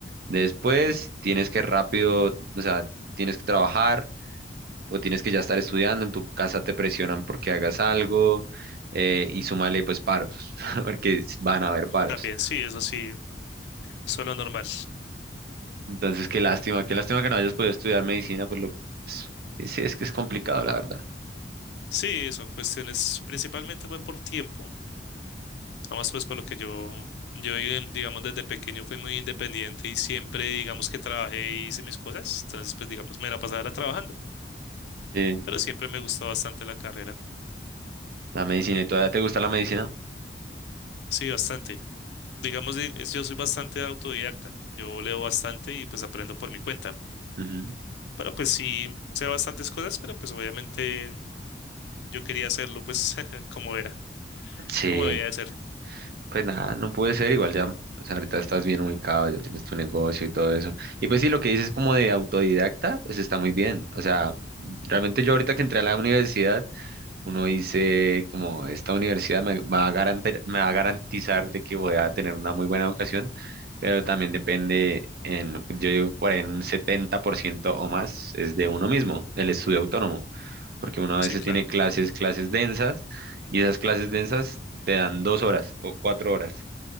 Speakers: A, on the right; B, on the left.
A: después tienes que rápido, o sea, tienes que trabajar o tienes que ya estar estudiando, en tu casa te presionan porque hagas algo eh, y súmale pues paros, <laughs> porque van a haber paros.
B: También, sí, eso sí, solo normal.
A: Entonces, qué lástima, qué lástima que no hayas podido estudiar medicina, pues lo, es- sí, es que es complicado, la verdad.
B: Sí, son cuestiones, principalmente fue por tiempo. Además, pues por lo que yo, yo eh, digamos desde pequeño fui muy independiente y siempre digamos que trabajé y hice mis cosas. Entonces, pues digamos, me la pasaba era trabajando,
A: Sí.
B: pero siempre me gustó bastante la carrera.
A: La medicina, ¿y todavía te gusta la medicina?
B: Sí, bastante. Digamos, eh, es- yo soy bastante autodidacta. Yo leo bastante y pues aprendo por mi cuenta.
A: Ujú.
B: Pero pues sí, sé bastantes cosas, pero pues obviamente yo quería hacerlo pues <laughs> como era,
A: Sí,
B: como debía de ser.
A: pues nada, no puede ser igual ya. o sea, ahorita estás bien ubicado, ya tienes tu negocio y todo eso. Y pues sí, lo que dices como de autodidacta, pues está muy bien. O sea, realmente yo ahorita que entré a la universidad, Uno dice como esta universidad me va a garante- me va a garantizar de que voy a tener una muy buena educación, pero también depende en, yo digo, por ahí en un 70% o más es de uno mismo, el estudio autónomo, porque uno a
B: Sí,
A: veces
B: claro.
A: tiene clases, clases densas, y esas clases densas te dan dos horas o cuatro horas